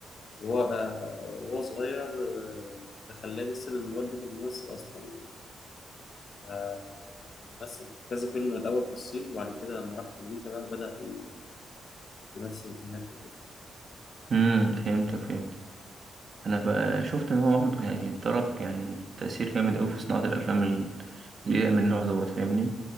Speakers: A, on the left; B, on the right.
A: وهو آه، وهو صغير آه، ده خلاه يمثل إن والده كان ممثل أصلا آه، كان ممثل في كذا فيلم الأول في الصين وبعد كده لما راح أمريكا بقى بدأ ي- يمثل هناك وكده
B: امم فهمتك فهمتك أنا بقى شفت إن هو برضه يعني ترك يعني تأثير جامد أوي في صناعة الأفلام ال- اللي هي من النوع دوت فاهمني